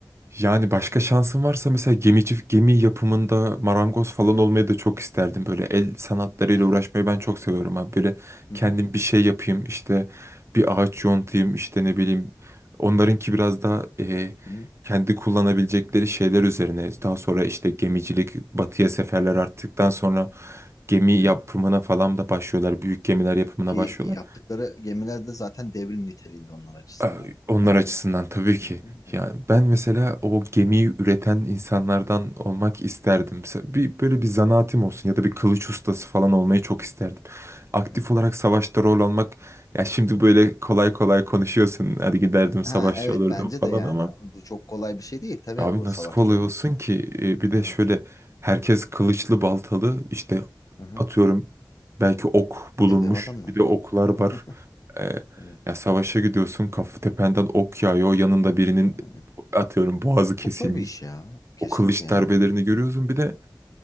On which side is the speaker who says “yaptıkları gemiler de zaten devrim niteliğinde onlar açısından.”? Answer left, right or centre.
Left